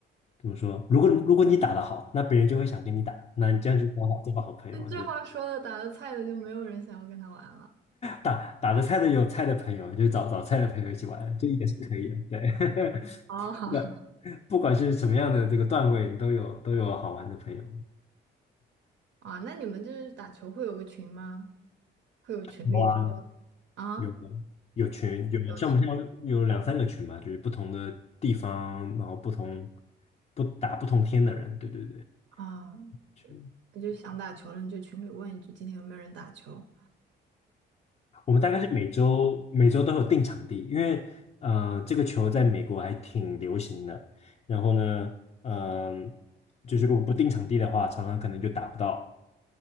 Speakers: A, on the left; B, on the right.
A: 怎么说，如果如果你打得好，那别人就会想跟你打，那你这样就刚好交到好朋友了，
B: 那这话说的，
A: 对，不对？
B: 打的菜的就没有人想要跟他玩了。
A: 打打得菜的有菜的朋友，就找找菜的朋友一起玩，这也是可以的，对。
B: 哦，
A: <laughs>
B: <laughs>
A: 不管是什么样的这个段位，都有都有好玩的朋友。
B: 啊，那你们就是打球会有个群吗？会有群里
A: 有啊，
B: 啊？
A: 有有群，有像我们现在有两三个群吧，
B: 有群
A: 就是不同的地方，然后不同不打不同天的人，对对对，
B: 啊？
A: 群。
B: 那就想打球了，你就群里问一句，今天有没有人打球？
A: 我们大概是每周每周都有定场地，因为呃这个球在美国还挺流行的，然后呢，嗯、就是如果不定场地的话，常常可能就打不到，